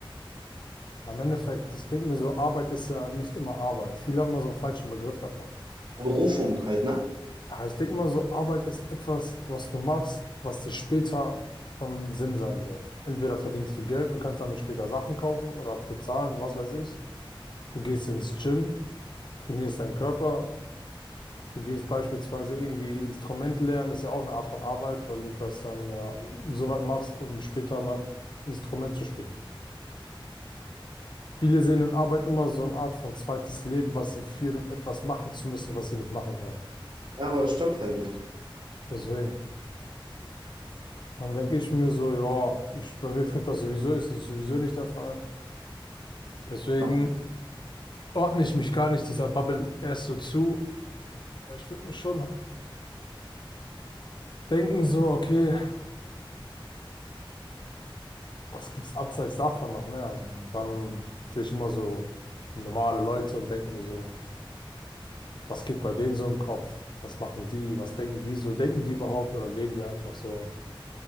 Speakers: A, on the left (about 55°); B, on the right (about 55°).
A: Na, Im Endeffekt, ich denke mir so, Arbeit ist ja nicht immer Arbeit. Viele haben immer so einen falschen Begriff davon.
B: Berufung halt, ne?
A: Ja, ich denke mal so, Arbeit ist etwas, was du machst, was dir später von Sinn sein soll. Entweder verdienst du Geld und kannst damit später Sachen kaufen oder bezahlen, was weiß ich. Du gehst ins Gym, trainierst deinen Körper. Du gehst beispielsweise irgendwie Instrument lernen, ist ja auch eine Art von Arbeit, weil du das dann ja so weit machst, um später mal Instrument zu spielen. Viele sehen in Arbeit immer so eine Art von zweites Leben, was sie führen, um etwas machen zu müssen, was sie nicht machen wollen.
B: Ja, aber das stimmt halt nicht.
A: Deswegen. Dann denke ich mir so, ja, ich, bei mir trifft das sowieso, ist das sowieso nicht der Fall. Deswegen
B: Ja,
A: ordne ich mich gar nicht dieser Bubble erst so zu, weil ich würde mir schon denken so, okay, was gibt's abseits davon noch mehr? So, und dann sehe ich immer so normale Leute und denke mir so, was geht bei denen so im Kopf? Was machen die? Was denken die so? Denken die überhaupt oder leben die einfach so?